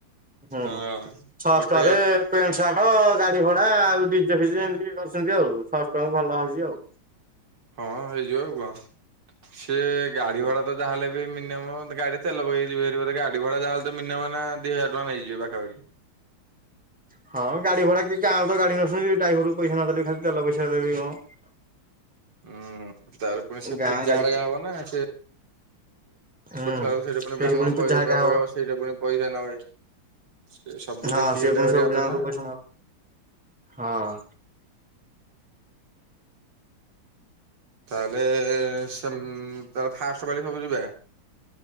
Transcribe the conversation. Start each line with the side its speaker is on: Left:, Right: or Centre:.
Centre: ହୁଁ,
Right: ଅ
Centre: ଛଅଶ
Right: ଗୋଟେ
Centre: ଟଙ୍କା ରେ ପେଣ୍ଟ, ସାର୍ଟ, ଗାଡି ଭଡା ଆଉ ଡିଜେ ଫିଜେ ଏମିତି କରିଚନ୍ତି ଆଉ, ଛଅଶ ଟଙ୍କା କୁ ଭଲ ହେଇଚି ଆଉ।
Right: ହଁ ହେଇଯିବ ଆଉ କଣ? ସିଏ ଗାଡି
Centre: ହଁ।
Right: ଭଡା ଯାହାହେଲେ ବି ମିନିୟମ ଗାଡି ତେଲ ପକେଇକି ଯିବେ ହାରି। ଗାଡି ଭଡା ଯାହାହେଲେ ତ ମିନିୟମ ନା, ଦି ହଜାର ଟଙ୍କା ନେଇଯିବ ପାଖାପାଖି।
Centre: ହଁ, ଗାଡି ଭଡା କି ଗାଁ ରୁ ତ ଗାଡି ନଉଛନ୍ତି, ଡ଼ାଇଭରକୁ ପଇସା ନ ଦେଲେ ଖାଲି ତେଲ ପଇସା ଦେବେ କି କଣ?
Right: ହୁଁ, ତାର ପୁଣି ସେ
Centre: ଗାଁ
Right: ପୂଜା
Centre: ଗାଡି
Right: ହେରୀକା
Centre: ତ
Right: ହବ ନା ସେ ସେ,
Centre: ହୁଁ
Right: ଉଠିଲା ବେଳକୁ ସେଠି ପୁଣି
Centre: ସେଇଠି
Right: ବ୍ରାହ୍ମଣ
Centre: ପୂଜା
Right: ପଇତା
Centre: ହେରିକା ହବ
Right: ପକେଇବ, ସେଇଟା ପୁଣି ପଇସା ନେବେ। ସେ ସବୁ
Centre: ହଁ
Right: ଦେଖିକି
Centre: ସିଏ
Right: ଏଇଦା
Centre: ପୁଣି
Right: କରିବା
Centre: ସବୁ ପିଲାଙ୍କଠୁ
Right: କଥା ନା?
Centre: ପଇସା ନବ ହଁ
Right: ତାହାଲେ, ସେମ୍ ତା ଫାଷ୍ଟ ପାଳି ସବୁ ଯିବେ?